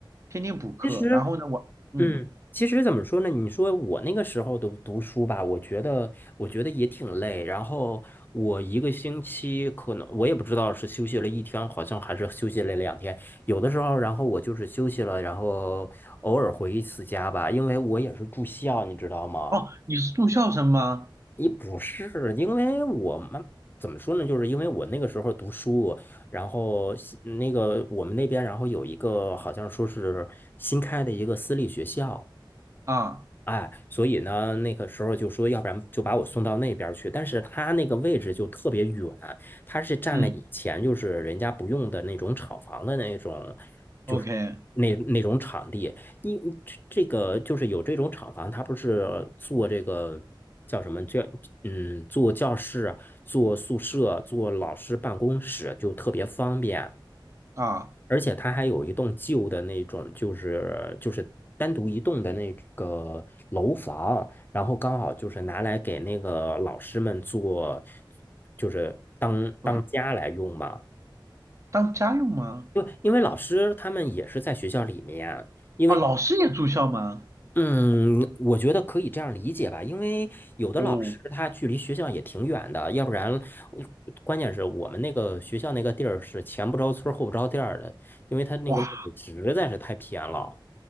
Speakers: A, on the right; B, on the left.
A: 天天补课。
B: 其实。
A: 然后呢，我嗯，
B: 嗯，其实怎么说呢？你说我那个时候读读书吧，我觉得我觉得也挺累。然后我一个星期可能我也不知道是休息了一天，好像还是休息了两天。有的时候，然后我就是休息了，然后偶尔回一次家吧，因为我也是住校，你知道吗？
A: 哦，你是住校生吗？
B: 也不是，因为我们怎么说呢？就是因为我那个时候读书，然后西那个我们那边，然后有一个好像说是新开的一个私立学校。
A: 啊，
B: 哎，所以呢，那个时候就说，要不然就把我送到那边儿去。但是他那个位置就特别远，他是占了以前就是人家不用的那种厂房的那种，
A: 嗯
B: 就是那那种场地。
A: ，OK。
B: 你你这这个就是有这种厂房，他不是做这个叫什么教，嗯，做教室啊、做宿舍、做老师办公室就特别方便。
A: 啊，
B: 而且它还有一栋旧的那种，就是就是单独一栋的那个楼房，然后刚好就是拿来给那个老师们做，就是当当家来用嘛。
A: 做什么？当家用吗？
B: 因为因为老师他们也是在学校里面啊，因为
A: 啊，老师也住校吗？
B: 嗯，我觉得可以这样理解吧，因为有的老师他距离学校也挺远的，
A: 哦，
B: 要不然嗯关键是我们那个学校那个地儿是前不着村儿后不着店儿的，因为他那个位置实在是太偏了。
A: 哇，